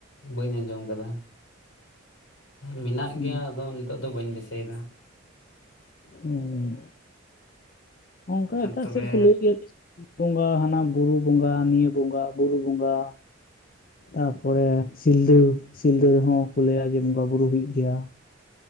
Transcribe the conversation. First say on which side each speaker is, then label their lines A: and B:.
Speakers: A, on the left; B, on the left.
A: ᱵᱟᱹᱧ ᱟᱸᱡᱚᱢ ᱠᱟᱫᱟ, ᱢᱮᱱᱟᱜ
B: ᱦᱩᱸ
A: ᱜᱮᱭᱟ ᱟᱫᱚ ᱱᱤᱛᱚᱜ ᱫᱚ ᱵᱟᱹᱧ ᱫᱤᱥᱟᱹᱭ ᱫᱟ?
B: ᱦᱮᱸ, ᱚᱱᱠᱟ
A: ᱟᱨ
B: ᱮᱴᱟᱜ
A: ᱛᱚᱵᱮ
B: ᱥᱮᱫ ᱠᱚ ᱞᱟᱹᱭ ᱜᱮᱭᱟ ᱵᱚᱸᱜᱟ, ᱦᱟᱱᱟ ᱵᱩᱨᱩ ᱵᱚᱸᱜᱟ, ᱱᱤᱭᱟᱹ ᱵᱚᱸᱜᱟ, ᱵᱩᱨᱩ ᱵᱚᱸᱜᱟ। ᱛᱟ ᱯᱚᱨᱮ ᱥᱤᱞᱫᱟᱹ ᱥᱤᱞᱫᱟᱹ ᱨᱮᱦᱚᱸ ᱠᱚ, ᱞᱟᱹᱭᱟ ᱡᱮ ᱵᱚᱸᱜᱟ ᱵᱩᱨᱩ ᱦᱩᱭᱩᱜ ᱜᱮᱭᱟ।